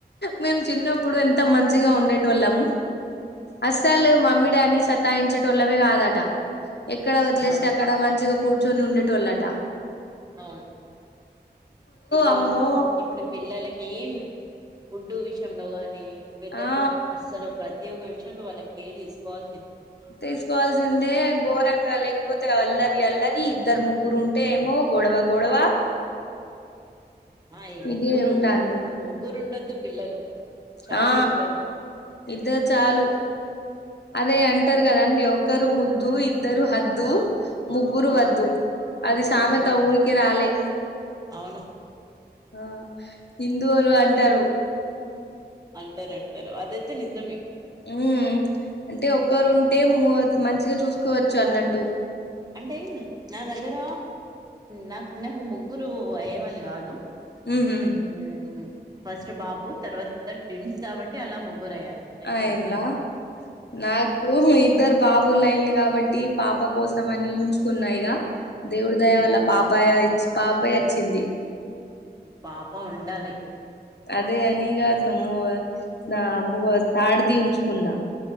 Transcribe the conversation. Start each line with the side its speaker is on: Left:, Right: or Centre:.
Left: మేము చిన్నప్పుడు ఎంత మంచిగా ఉండేటోళ్లం అసలు మమ్మీ డాడినీ సత్తాయించేటోళ్ళమే కాదట ఎక్కడ వదిలేస్తే
Right: అవును
Left: అక్కడ మంచిగా కూర్చొని ఉండేటోళ్లట
Right: అవును ఇప్పుడు
Left: అమ్మో
Right: ఇప్పుడు పిల్లలకి ఫుడ్డు విషయంలో గానీ పెద్దరు
Left: ఆ
Right: విషయం అస్సలు ప్రతి ఒక్క విష యంలో వాళ్లకు కేర్ తీసుకోవాల్సిందే
Left: తీసుకోవాల్సిందే ఘోరంగా లేకపోతే అల్లరి అల్లరి ఇద్దరు ముగ్గురు ఉంటే ఏమో గొడవ గొడవ
Right: మా ఈ ముగ్గురు
Left: ఇదే ఉంటాంది
Right: ముగ్గురు ఉండొద్దు పిల్లలు చాలు
Left: ఆ
Right: ఇద్దరు
Left: ఇద్దరు చాలు అదే అంటారు కదండి ఒక్కరు ముద్దు ఇద్దరు హద్దు ముగ్గురు
Right: ఆ
Left: వద్దు అది సామెత
Right: ఉమ్
Left: ఊరికి రాలే
Right: అవును
Left: ఆ హిందువులు అంటారు
Right: అంటారు అంటారు అదైతే నిజమే
Left: ఉ అంటే ఒకరు ఉంటే మంచిగా చూసుకోవచ్చు అన్నట్టు
Right: అంటే నా దగ్గర నా నాకు ముగ్గురు అయ్యేవాళ్ళు కాదు
Left: ఉహు
Right: ఉమ్ ఫస్ట్ బాబు తర్వాత ఇద్దరు ట్రిన్స్ కాబట్టి అలా ముగ్గురు అయ్యారు లేకపోతే
Left: ఆ
Right: అమ్మో
Left: ఇల్లా నాకు ఇద్దరు బాబు లైన్ల కాబట్టి పాప కోసం అని ఉంచుకున్నా ఇక దేవుడి దయ
Right: ఉమ్
Left: వల్ల పాప పాపై వచ్చింది
Right: పాప ఉండాలి
Left: అదే అనిగ నమ్మో తాడిది ఉంచుకున్నా